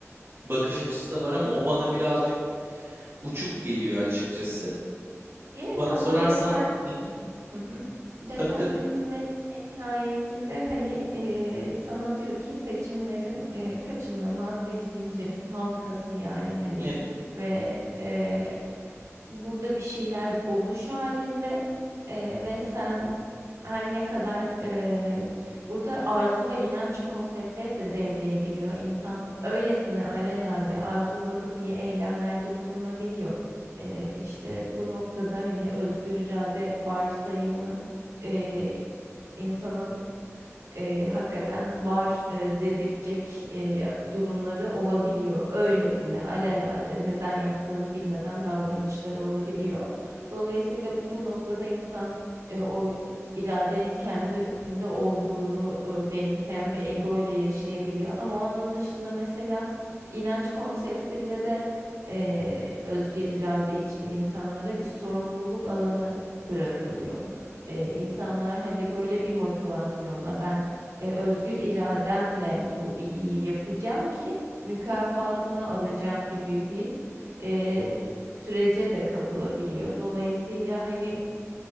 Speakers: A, on the right; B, on the right.
A: bakış açısı da var ama o bana birazcık uçuk geliyor açıkçası.
B: Yani
A: Bana
B: ama
A: sorarsan,
B: deter
A: hı hı,
B: Hı hı. Determinizmin
A: tabii tabii,
B: en nihayetinde, hani, eee, sana diyor ki seçimlerin, eee, kaçınılmaz bir zincirin halkası, yani, hani,
A: evet.
B: ve, eee, burada bir şeyler oluş halinde eee, ve sen her ne kadar, eee, burada arzu ve inanç konseptleri de devreye giriyor. İnsan öylesine alelade arzuladı diye eylemlerde bulunabiliyor. Eee, işte bu noktada hani özgür irade varsayımı, eee, insanın eee, hakikaten var eee, dedirtecek eee, durumları olabiliyor. Öylesine alelade
A: Hı
B: neden yaptığını bilmeden davranışları
A: hı hı
B: olabiliyor. Dolayısıyla bu bu noktada insan eee, o iradenin kendisinde olduğunu eee, benimseyen bir ego ile yaşayabiliyor. Ama onun dışında mesela inanç konseptinde de eee, özgür irade için insanlara bir sorumluluk alanı bırakılıyor.
A: hı.
B: Eee, insanlar, hani, böyle bir motivasyonla ben, eee, özgür irademle bu iyiyi yapacağım ki mükafatını alacağım gibi bir, eee, sürece de kapılabiliyor. Dolayısıyla, hani,